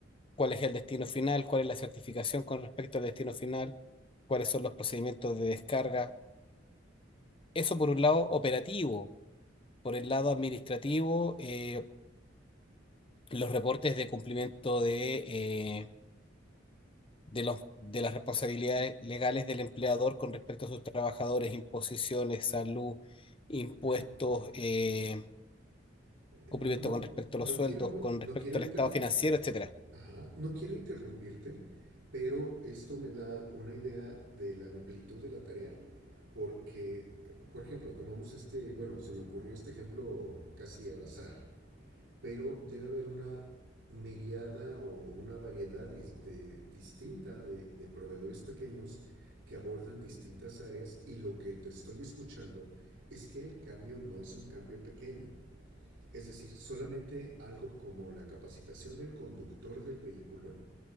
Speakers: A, on the left; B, on the right.
A: cuál es el destino final, cuál es la certificación con respecto al destino final, cuáles son los procedimientos de descarga. Eso por un lado operativo, por el lado administrativo, eh, los reportes de cumplimiento de, eh, de, los, de las responsabilidades legales del empleador con respecto a sus trabajadores, imposiciones, salud, impuestos,
B: Mm.
A: eh, cumplimiento
B: No, no,
A: con respecto
B: no
A: a los sueldos,
B: quiero,
A: con
B: no
A: respecto
B: quiero, inter...
A: al estado financiero, etcétera.
B: Ajá, no quiero interrumpirte, pero esto me da una idea de la amplitud de la tarea, porque, por ejemplo, tomamos este, bueno, se me ocurrió este ejemplo casi al azar pero debe haber una miriada o una variedad este, distinta de, de proveedores pequeños que abordan distintas áreas y lo que te estoy escuchando es que el cambio no es un cambio pequeño. Es decir, solamente algo como la capacitación del conductor del vehículo